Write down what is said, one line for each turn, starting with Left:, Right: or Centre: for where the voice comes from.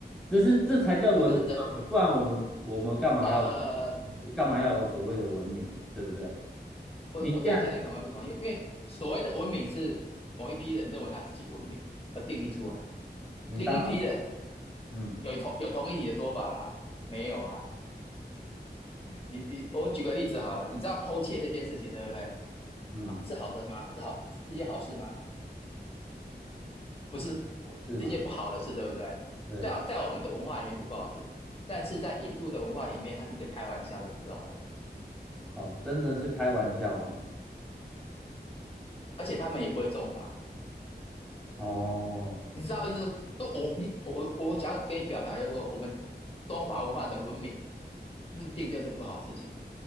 Centre: 这是这才叫文明社会，
Left: 呃这是人类
Centre: 不然我们我们干嘛要
Left: 呃
Centre: 干嘛要有所谓的文明，对不对？
Left: 我我这样讲你可能会不同意，
Centre: 你既然
Left: 因为所谓的文明是某一批人认为他自己文明而定义出来的，
Centre: 你当然
Left: 另一批人
Centre: 嗯。
Left: 有同有同意你的说法吗？没有啊，你你我举个例子好了，你知道偷窃这件事情对不对？
Centre: 嗯，
Left: 啊，是好的吗？是好是一件好事吗？不是，
Centre: 我是嘛？
Left: 是一件不好的事，对不对？
Centre: 对，
Left: 对啊，在我们的文化里面是不好事，但是在印度的文化里面，它是一个开玩笑的举动而已，
Centre: 哦，真的是开玩笑哦。
Left: 而且他们也不会重罚，
Centre: 哦，
Left: 你知道意思？说我你我我想要给你表达，就是说我们中华文化的文明认定这是不好的事情，